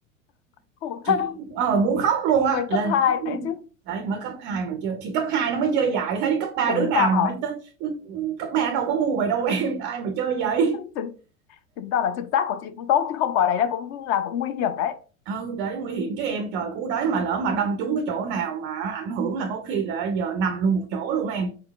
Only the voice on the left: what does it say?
khổ
thân,
mới
cấp 2 đấy chứ.
Chứng
tỏ,
chứng, chứng tỏ là trực giác của chị cũng tốt, chứ không có đấy là cũng là cũng nguy hiểm đấy.